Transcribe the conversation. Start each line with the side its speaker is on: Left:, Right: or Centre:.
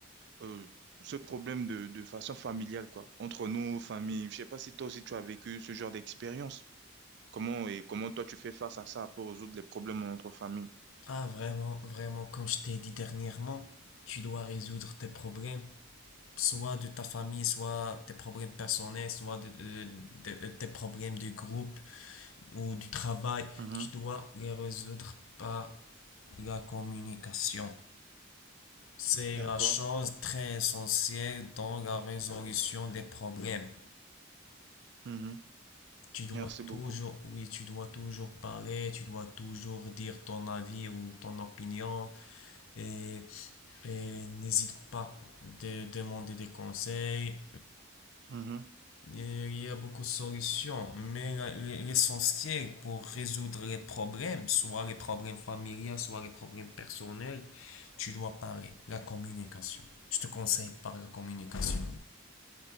Right: euh, ce problème de, de façon familiale, quoi, entre nos familles. Je sais pas si toi aussi tu as vécu ce genre d'expérience. Comment et comment toi tu fais face à ça pour résoudre les problèmes entre familles.
Left: Ah, vraiment, vraiment, comme je t'ai dit dernièrement, tu dois résoudre tes problèmes, soit de ta famille, soit tes problèmes personnels, soit de- de- de- euh, tes problèmes de groupe. ou du travail,
Right: Mhm.
Left: tu dois les résoudre par la communication. C'est
Right: D'accord.
Left: la chose très essentielle dans la résolution des problèmes.
Right: Mhm.
Left: Tu dois
Right: Merci beaucoup.
Left: toujours, oui, tu dois toujours parler, tu dois toujours dire ton avis ou ton opinion et, et n'hésite pas de demander des conseils
Right: Mhm.
Left: Il y a beaucoup de solutions, mais la- l'essentiel pour résoudre les problèmes, soit les problèmes familiaux, soit les problèmes personnels, tu dois parler. La communication. Je te conseille par la communication.